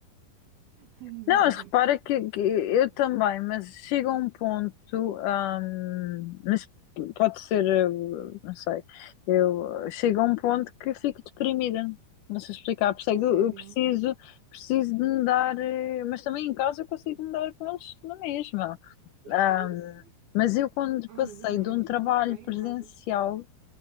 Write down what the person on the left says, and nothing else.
Não, mas
repara
que, que eu também, mas chega um ponto, hum, mas pode ser, eh, não sei, eu chega um ponto que fico deprimida, não sei explicar, percebe?
Eu, eu preciso, preciso de me dar, eh, mas também em casa eu consigo me dar com eles na mesma.
Hum,
mas eu quando
passei
de um
trabalho
presencial,